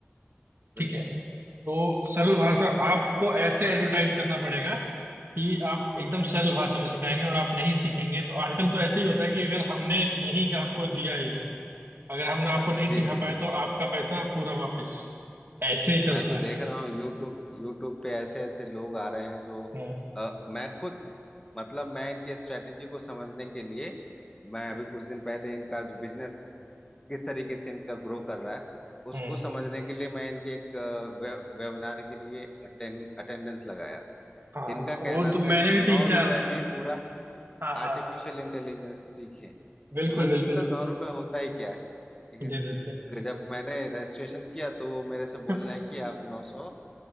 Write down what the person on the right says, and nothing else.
ठीक
है तो सरल भाषा आपको ऐसे एडवर्टाइज करना पड़ेगा कि आप एकदम सरल भाषा में सिखाएंगे और आप नहीं सीखेंगे तो आजकल तो ऐसे ही होता है कि अगर हमने नहीं आपको दिया ये अगर हमने आपको नहीं
सिखा
पाए
तो आपका पैसा पूरा
वापस ऐसे चलता
है
हम्म
हम्म
हाँ
तो वो तो
मैंने
भी
तीन चार
हाँ
हाँ
बिल्कुल
बिल्कुल
दे देते
हैं।